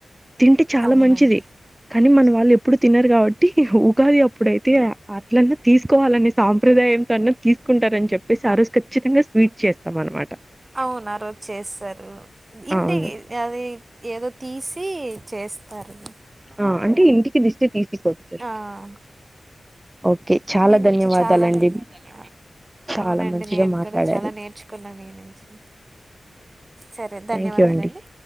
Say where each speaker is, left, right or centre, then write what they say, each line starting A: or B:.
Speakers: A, on the right; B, on the right.
A: తింటే చాలా
B: అవునండి
A: మంచిది కానీ మన వాళ్ళు ఎప్పుడు తినరు గావట్టి ఉగాది అప్పుడైతే అట్లన్నా తీసుకోవాలనే సాం ప్రదాయంతో అన్న తీసుకుంటారని చెప్పేసి ఆ రోజు ఖచ్చితంగా స్వీట్ చేస్తాం అనమాట
B: అవును ఆరోజు చేస్తారు ఇంటికి
A: అవును.
B: అది ఏదో తీసి చేస్ పారుగు
A: ఆ అంటే ఇంటికి దిష్టి తీసి కొడుతర్
B: ఆ తీస్తారు.
A: ఓకే చాలా
B: మీ నుంచి
A: ధన్యవాదాలండి
B: చాలా చాలా నేను ధన్యవాదాలండి.
A: చాలా
B: అవునండి
A: మంచిగా
B: నేను
A: మాట్లాడారు.
B: కూడా చాలా నేర్చుకున్నా మీ నుంచి సరే ధన్యవాదాలండి
A: థ్యాంక్ యూ అండి